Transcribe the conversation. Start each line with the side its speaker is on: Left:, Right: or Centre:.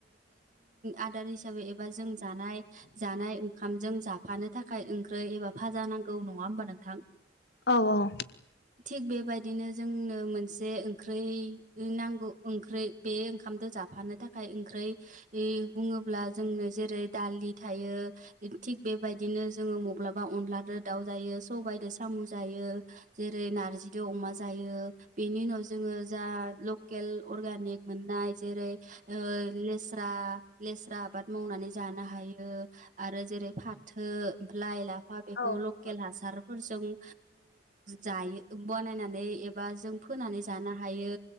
Right: आदार हिसाबै एबा जों जानाय। जानाय ओंखामजों जाफानो थाखाय ओंख्रि एबा भाजा नांगौ नङा होमबा नोंथां।
Left: औ औ
Right: थिग बेबायदिनो जोंनो मोनसे ओंख्रै नांगौ ओंख्रै। बे ओंखामद जाबा। थानो थाखाय ओंखै बुङोब्ला जोंनो जेरै दालि थायो थिक बे। बेबायदिनो जोङो मबब्लाब। अनलाजों दाउ जायो, सबाइजों साम' जायो, जेरै नारजिजों अमा जायो बेनि उनाव। जोङो जा लकेल अर्गनिक मोननाय जेरै लेस्रा। लेस्रा। आबाद मावनानै जानो हायो आरो जेरै फाथो, लाइ-लाफा बेखौ
Left: औ
Right: लकेल हा। हासारफोरजों जायो बानायनानोय एबा जों फोनानोय। हायो